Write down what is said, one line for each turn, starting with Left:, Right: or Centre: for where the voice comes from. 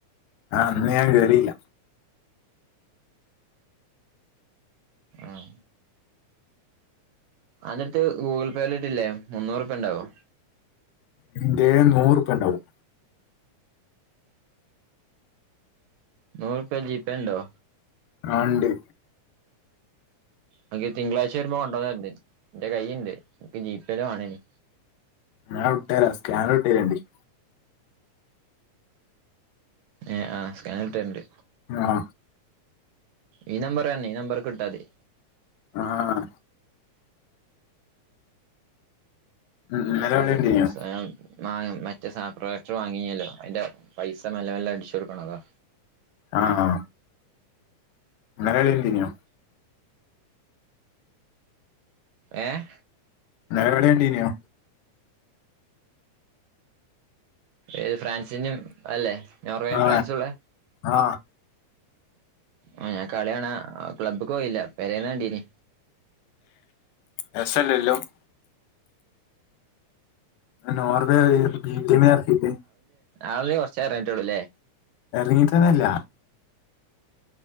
Left: ആഹ അന്ന് ഞാൻ കേറിയില്ല
Right: ആഹ അന്റട്ത് ഗൂഗിൾ പേല് ഇട്ടില്ലേ മുന്നൂറുപ ഉണ്ടാവോ
Left: എന്റെ നൂറുപ്പ ഉണ്ടാവും.
Right: നൂറുപ ജീപേ ഉണ്ടോ?
Left: ആഹ് ണ്ട്.
Right: അനക് തിങ്കളാഴ്ച വരുമ്പോ കൊണ്ടുവന്നേരണ്ട് എന്റെ കൈയീണ്ട് എനിക്ക് ജീപല വണേന്
Left: ഞാൻ വിട്ടേരാ സ്കാനർ വിട്ടേരണ്ടണ്ട്.
Right: ഏ ആഹ് സ്കാന വിട്ടരണ്ട്.
Left: ആഹ
Right: ഈ നമ്പർ തന്നെ ഈ നമ്പർ വിട്ടാ മതി.
Left: ആഹ ഇ- ഇന്നലെ കളി
Right: ഏ
Left: കണ്ടിന്യോ
Right: <inaudible> മാ മറ്റേ സാപ്രഡർ വാങ്ങില്ലോ അതിന്റെ പൈസ മെല്ല മെല്ല അടിച്ചു കൊടുക്കണതാ.
Left: ആഹ ന്നല കളിന്റെനോ?
Right: ഏഹ്.
Left: ന്നലെ കളി കണ്ടിന്നോ?
Right: ഏത് ഫ്രാൻസിനും അല്ലെ നോർവേയും
Left: ആ
Right: ഫ്രാൻസുംള്ള?
Left: ആ
Right: ആ ഞാൻ കളിയാണ ക്ലബ്ബക്ക് പോയില്ല പെരെന്ന് കണ്ടീന്.
Left: ഏ എസല്ലല്ലോ <inaudible> നോർവേ ഈ ബീട്ടിമിനെ എറകീട്ട്.
Right: ആള കുറച്ചേറങ്ങിട്ടേള്ളൂല്ലേ?
Left: ഇറങ്ങി ട്ടെന്നില്ല